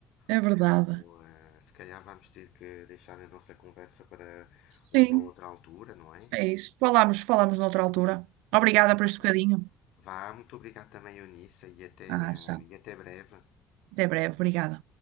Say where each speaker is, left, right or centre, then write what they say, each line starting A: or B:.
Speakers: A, on the right; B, on the left.
A: É
B: O,
A: verdade.
B: eh, se calhar vamos ter que deixar a nossa conversa para uma
A: Sim,
B: outra altura, não é?
A: é isso. Falamos, falamos noutra altura. Obrigada
B: É,
A: por este bocadinho.
B: é. Vá, muito obrigado também, Eunice, e até,
A: Ah,
B: eh,
A: já.
B: e até breve.
A: Até breve, obrigada.